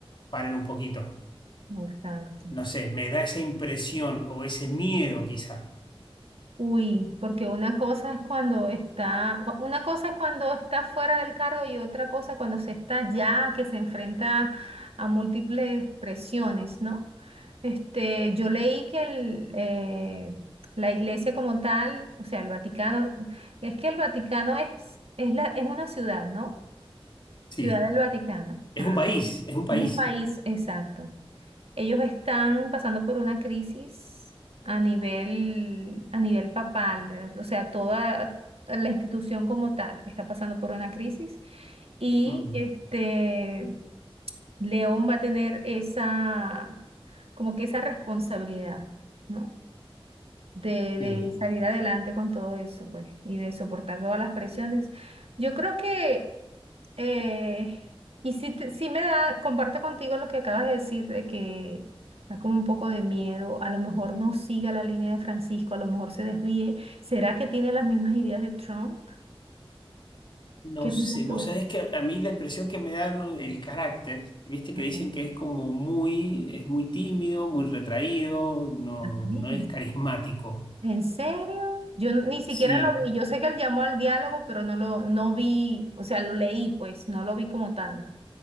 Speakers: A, on the left; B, on the right.
A: paren un poquito.
B: exacto.
A: No sé, me da esa impresión o ese miedo quizá.
B: Uy, porque una cosa es cuando está, cua- una cosa es cuando está fuera del cargo y otra cosa cuando se está ya, que se enfrenta a múltiples presiones, ¿no? Este, yo leí que el, eh, la iglesia como tal, o sea, el Vaticano, es que el Vaticano es, es la, es una ciudad, ¿no? Ciudad
A: Sí,
B: del Vaticano,
A: es
B: ajá.
A: un país, es un país.
B: Es un país, exacto. Ellos están pasando por una crisis a nivel, a nivel papal, eh, o sea, toda la institución como tal está pasando por una crisis y
A: Mm.
B: este León va a tener esa, como que esa responsabilidad, ¿no? De,
A: Sí.
B: de salir adelante con todo eso, pues, y de soportar todas las presiones. Yo creo que eh, y sí, te- sí me da, comparto contigo lo que acabas de decir, de que da como un poco de miedo, a lo mejor no siga la línea de Francisco, a lo mejor se desvíe. ¿Será que tiene las mismas ideas de Trump?
A: No
B: ¿Qué
A: sé,
B: piensas
A: vos
B: tú?
A: sabés que a mí la impresión que me dan ¿no? el carácter, viste
B: Acá.
A: que dicen que es como muy, es muy tímido, muy retraído, no,
B: Mm,
A: no es carismático.
B: ¿En serio? Yo n- ni siquiera
A: Sí,
B: lo vi, yo sé que él llamó al diálogo, pero no lo, no vi, o sea, lo leí, pues, no lo vi como tal.